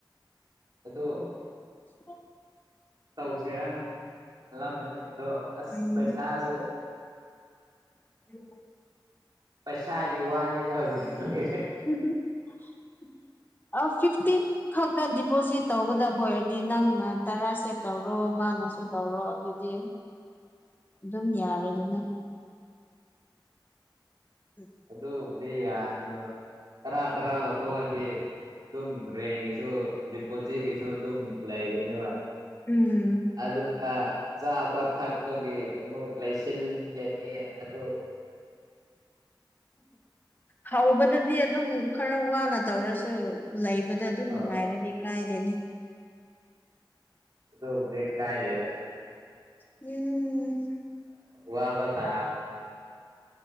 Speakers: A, on the right (about 50°); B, on the left (about 20°).
A: ꯑꯗꯣ
B: <unintelligible>
A: ꯇꯧꯁꯤꯔꯅ ꯈꯜꯂꯝꯃꯅꯦ ꯑꯗꯣ ꯑꯁ
B: ꯎꯝ
A: ꯄꯩꯁꯥꯁꯦ
B: <unintelligible>
A: ꯄꯩꯁꯥꯒꯤ ꯋꯥꯅꯤꯗ ꯍꯧꯖꯤꯛ
B: <unintelligible> ꯑ ꯐꯤꯐꯇꯤꯟ ꯈꯛꯇ ꯗꯤꯄꯣꯖꯤꯠ ꯇꯧꯒꯗꯕ ꯑꯣꯏꯔꯗꯤ ꯅꯪꯅ ꯇꯔꯥꯥꯁꯦꯠ ꯇꯧꯔꯣ ꯃꯥꯅꯁꯨ ꯇꯧꯔꯣ ꯑꯗꯨꯗꯤ ꯑꯗꯨꯝ ꯌꯥꯔꯦ ꯑꯗꯨꯅ <unintelligible>
A: ꯑꯗꯨꯕꯨꯗꯤ ꯌꯥꯅꯤꯕ ꯇꯔꯥ ꯇꯔꯥ ꯂꯧꯊꯣꯛꯑꯗꯤ ꯁꯝ ꯔꯦꯡꯒ ꯀꯁꯨ ꯄꯣꯠꯆꯦꯒꯤꯁꯨ ꯑꯗꯨꯝ ꯂꯩꯒꯅꯦꯕ
B: ꯎꯝ
A: ꯑꯗꯨꯗ ꯆꯥꯕ ꯊꯛꯄꯒꯤ ꯑꯃꯨꯛ ꯂꯩꯁꯤꯟꯒꯅꯤ ꯑꯗꯨ
B: ꯍꯧꯕꯗꯗꯤ ꯑꯗꯨꯝ ꯈꯔ ꯋꯥꯅ ꯇꯧꯔꯁꯨ ꯂꯩ ꯍꯥꯏꯕꯗ ꯑꯗꯨꯝ ꯅꯨꯡꯉꯥꯏꯔꯗꯤ
A: ꯑꯥ
B: ꯀꯥꯏꯗꯦꯅ
A: ꯑꯗꯨꯕꯨꯗꯤ ꯀꯥꯏꯗ‌ꯦꯗ
B: ꯎꯝ
A: ꯋꯥꯕꯇꯥꯕꯅꯤ